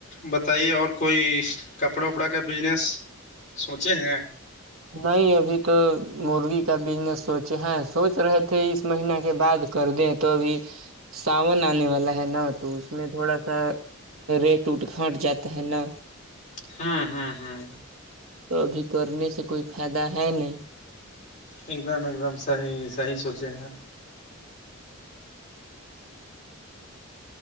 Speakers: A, on the left; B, on the right.
A: بتائیے اور کوئی کپڑا وپڑا کا بزنس سوچے ہیں
B: نہیں ابھی تو مرغی کا بزنس سوچے ہیں سوچ رہے تھے اس مہینہ کے بعد کر دیں تو ابھی ساون آنے والا ہے نا تو اس میں تھوڑا سا ریٹ کھٹ جاتا ہے نا
A: ہاں ہاں ہاں
B: تو ابھی کرنے سے کوئی فائدہ ہے نہیں
A: ایک دم ایک دم صحیح صحیح سوچے ہیں